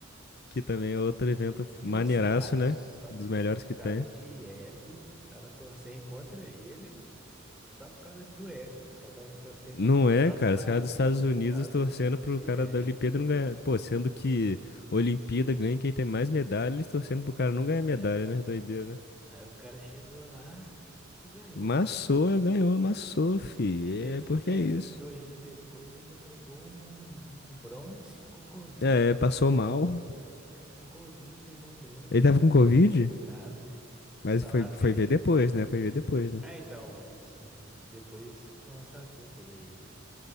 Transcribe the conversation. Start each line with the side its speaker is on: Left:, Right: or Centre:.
Left: Que também é outro evento
Centre: E
Left: maneiraço,
Centre: os caras,
Left: né?
Centre: só
Left: Dos melhores
Centre: por
Left: que
Centre: causa
Left: tem.
Centre: de ego, tava torcendo contra ele, só por causa do ego. Os caras estavam torcendo
Left: Não
Centre: contra o próprio
Left: é, cara.
Centre: país
Left: Os caras dos Estados
Centre: por
Left: Unidos
Centre: causa
Left: torcendo
Centre: de
Left: pro cara
Centre: ego.
Left: da Olimpíada não ganhar. Pô, sendo que Olimpíada ganha quem tem mais medalha, eles torcendo pro cara não ganhar medalha,
Centre: né?
Left: né? Doideira, né?
Centre: Aí o cara chegou lá e ganhou.
Left: Massou, ganhou, amassou, fi.
Centre: E depois,
Left: É porque
Centre: ainda,
Left: é isso.
Centre: dois dias depois, ainda pegou um, um bronze com Covid.
Left: É, passou mal.
Centre: O cara com Covid pegou um bronze.
Left: Ele tava com Covid,
Centre: Tá, velho? Eles
Left: mas
Centre: falaram
Left: foi, foi
Centre: que ele.
Left: ver depois, né? Foi ver depois, né?
Centre: Ah, então, eles depois constatou que ele